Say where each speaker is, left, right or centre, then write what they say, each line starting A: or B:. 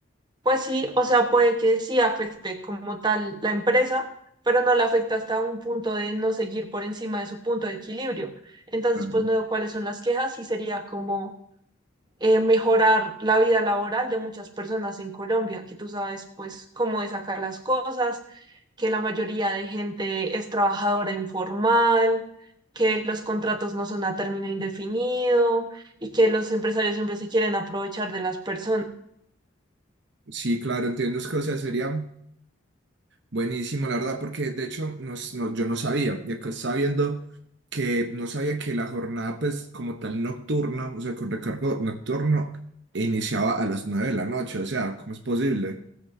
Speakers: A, on the right; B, on the right.
A: pues sí, o sea, puede que sí afecte como tal la empresa, pero no la afecta hasta un punto de no seguir por encima de su punto de equilibrio. Entonces,
B: Claro.
A: pues no veo cuáles son las quejas y sería como eh, mejorar la vida laboral de muchas personas en Colombia, que tú sabes pues cómo es acá las cosas, que la mayoría de gente es trabajadora informal, que los contratos no son a término indefinido y que los empresarios siempre se quieren aprovechar de las personas.
B: Sí, claro, entiendo. Es que, o sea, sería. Buenísimo, la verdad, porque de hecho nos- no- yo no sabía, y acá estaba viendo que no sabía que la jornada pues como tal nocturna, o sea, con recargo nocturno, iniciaba a las nueve de la noche, o sea, ¿cómo es posible?